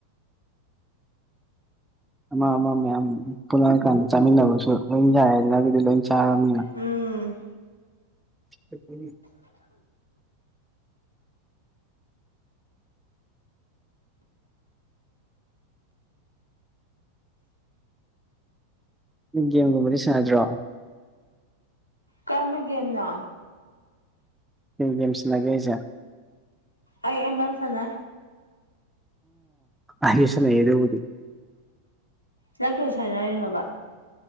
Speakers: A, in the centre; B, on the left.
A: ꯑꯃ ꯑꯃ ꯃꯌꯥꯝ ꯄꯨꯜꯂꯑꯀꯥꯟꯗ ꯆꯥꯃꯤꯟꯅꯕꯁꯨ ꯂꯣꯏ ꯌꯥꯏꯦ ꯍꯥꯏꯗꯅ ꯑꯗꯨꯗꯤ ꯂꯣꯏ ꯆꯥꯔꯕꯅꯤꯅ
B: ꯎꯝ
A: ꯑ ꯒꯦꯝꯒꯨꯝꯕꯗꯤ ꯁꯥꯟꯅꯗ꯭ꯔꯣ
B: ꯀꯔꯝꯕꯒꯦꯝꯅ
A: ꯀꯩ ꯒꯦꯝ ꯁꯅꯥꯒꯦ ꯍꯥꯏꯖꯦ
B: ꯑꯩ ꯏꯃꯜ ꯐꯅ
A: ꯑꯣ ꯑꯁꯅ ꯌꯦꯗꯦꯕꯨꯗꯤ
B: ꯅ ꯀꯁꯥꯏ ꯍꯥꯏꯅꯣꯕ